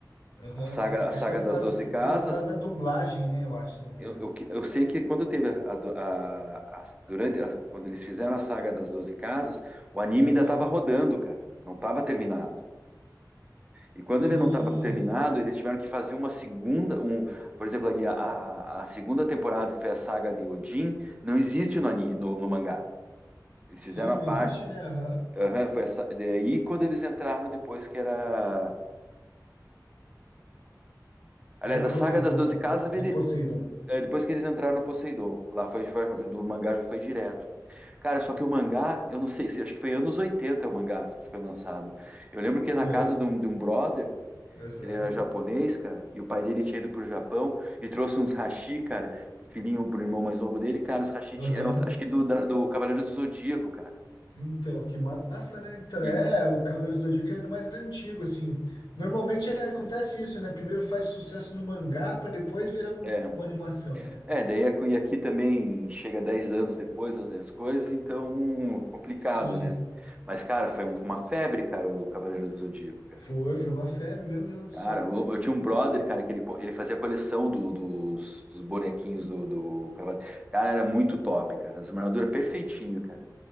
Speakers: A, on the left; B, on the right.
A: Aham.
B: a saga, a
A: Acho
B: saga
A: que era por
B: das
A: causa,
B: Doze
A: fo-
B: Casas,
A: foi por causa da dublagem, né? Eu acho, se eu não me
B: Eu,
A: engano.
B: eu, que- eu sei que quando teve a, a a- a- durante a- quando eles fizeram a saga das Doze casas, o anime
A: Aham.
B: ainda estava rodando, cara, não estava terminado. E quando
A: Sim.
B: ele não estava terminado, eles tiveram que fazer uma segunda, um, por exemplo, ali a, a- a segunda temporada que foi a saga de Odin, não existe no, ani- no- no mangá. Eles fizeram
A: Sim, não
B: a parte,
A: existe, né? Aham.
B: aham, foi essa, daí quando eles entraram depois que era, aliás,
A: Lá em
B: a
A: Poseidon,
B: saga das Doze
A: lá.
B: casas veio
A: Do
B: de-
A: Poseidon.
B: é, depois que eles entraram no Poseidon, lá foi, foi- do mangá já foi direto. Cara, só que o mangá, eu não sei se acho que foi anos 80 o mangá que foi lançado. Eu lembro que na
A: Foi.
B: casa de um, de um brother,
A: Aham.
B: que ele era japonês, cara, e o pai dele tinha ido pro Japão e trouxe uns hashi, cara, pro filhinho, pro irmão mais novo dele, cara, os hashi
A: Aham.
B: ti- eram os hashi do, dra- do Cavaleiros do Zodíaco, cara.
A: Então, que massa, né? Então,
B: E,
A: é, o Cavaleiro do Zodíaco ele é mais antigo, assim. Normalmente é, acontece isso, né? Primeiro faz sucesso no mangá para depois virar um-
B: é,
A: uma animação, né?
B: é, daí é co- e aqui também chega 10 anos depois as, as coisas, então complicado,
A: Sim.
B: né? Mas, cara, foi um- uma febre, cara, o Cavaleiros do Zodíaco,
A: Foi, foi uma febre, meu Deus do
B: Cara,
A: céu.
B: eu, eu tinha um brother, cara, que ele, co- ele fazia coleção do- dos, dos bonequinhos do, do Cavaleiro. Cara, era muito top, cara. As armaduras perfeitinho, cara.